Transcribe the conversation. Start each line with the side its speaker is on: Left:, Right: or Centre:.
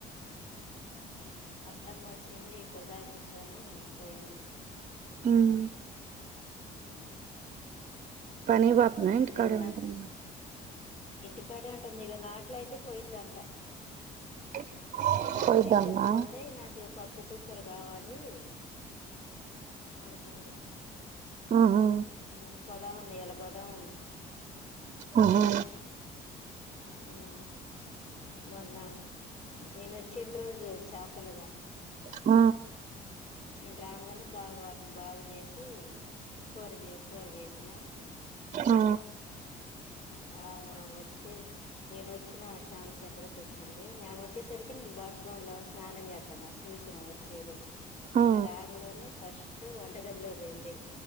Left: ఉమ్ అత్తమ్మ అచ్చింది ఇప్పుడు దాకా కుసోని పోయింది
Right: ఉమ్
Left: ఉమ్
Right: పనికి పోతుందా ఇంటికాడే
Left: నిన్న
Right: ఉంటుందా
Left: ఇంటి కాడే ఉంటుంది ఇక నాట్ల అయితే పోయిద్దంట
Right: <inaudible>
Left: నాట్ల
Right: పోయిద్దన్నా
Left: అయితే పోతే నాకు పప్పు కుక్కర్ కావాలి అంటుంది
Right: ఆహా
Left: హ్మ్ పోదామంది ఇయ్యాల పోదామంది
Right: ఉహూ
Left: ఉమ్ మొన్న నేను వచ్చిన రోజు చాపలుగా
Right: ఉ
Left: నేను రాంగానే బావా వాటిని బాగా చేసి కూర చే కూర చేసినం
Right: ఆ
Left: ఆ వచ్చి నేను వచ్చిన చానాసేపటికి వచ్చింది నే వ చ్చేసరికి నేను బాత్రూమ్ లో స్నానం చేత్తున్న సుసిన వచ్చేది
Right: ఆ
Left: రాంగనే ఫస్ట్ వంట గదిలో పోయింది